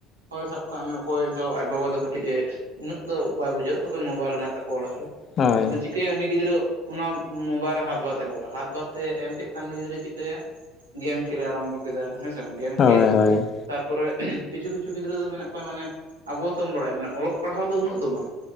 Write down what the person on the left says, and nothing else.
ᱦᱳᱭ
ᱦᱳᱭ
ᱦᱳᱭ